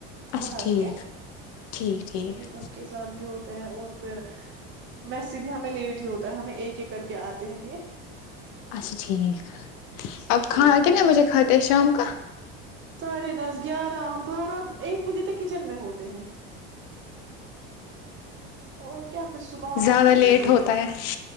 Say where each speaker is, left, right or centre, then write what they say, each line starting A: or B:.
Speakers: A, on the left (about 70°); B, on the right (about 40°).
A: اچھا
B: باہر
A: ٹھیک
B: کے
A: ٹھیک ٹھیک
B: ابھی ان کے ساتھ بھی ہو ہیں اور پھر ویسے بھی ہمیں لیٹ ہی ہوتا ہے ہمیں ایک ایک کر کے آتے ہیں یہ
A: اچھا ٹھیک
B: تو
A: اب
B: پھر
A: کھانا
B: ان
A: کتنے
B: کو
A: بجے کھاتے ہیں شام کا
B: ساڑھے دس گیارہ ہم بارہ ایک بجے تک کچن میں ہوتے ہیں اور کیا پھر صبح آ
A: زیادہ
B: کے نہیں
A: لیٹ
B: بھلتی
A: ہوتا ہے